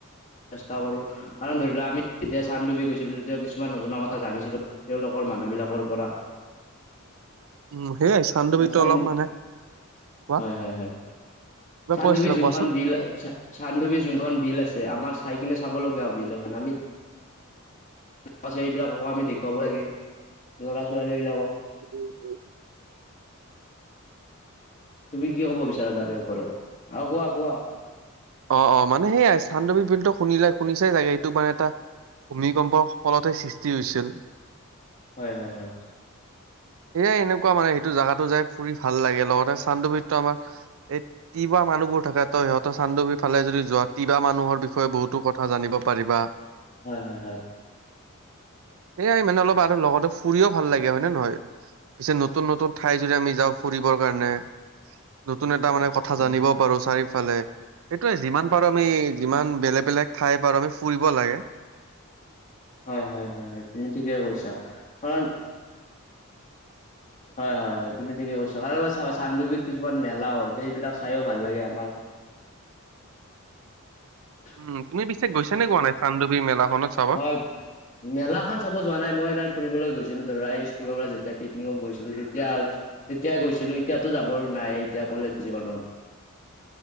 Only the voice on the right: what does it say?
উম সেইয়াই চান্দুবিটো
অলপ মানে কোৱা
কিবা
কৈ আছিলা
কোৱাচোন?
উম হম।
অ অ মানে সেইয়াই চান্দুৱী বিলটো শুনিলাই শুনিছাই ছাগে এইটো মানে এটা ভূমিকম্পৰ ফলতেই সৃষ্টি হৈছিল।
সেয়াই এনেকুৱা মান সেইটো জগাতো যাই ফুৰি ভাল লাগে লগতে চান্দুবিত আমাৰ এই তিৱা মানুহবোৰ থাকে ত সিহঁতৰ চান্দুবি ফালে যদি যোৱা তিৱা মানুহৰ বিষয়ে বহুতো কথা জানিব পাৰিবা।
সেইয়াই মানে অলপ আৰু লগতে ফুৰিও ভাল লাগে হয় নে নহয়? পিছে নতুন নতুন ঠাই যদি আমি যাওঁ ফুৰিবৰ কাৰণে নতুন এটা মানে কথা
জানিব পাৰো চাৰিওফালে সেইটোয়ে যিমান পাৰো আমি যিমান বেলেগ বেলেগ ঠাই পাৰো আমি ফুৰিব লাগে।
উম তুমি পিছে গৈছ নে কোৱা নাই চান্দুবি মেলাখনত চাব,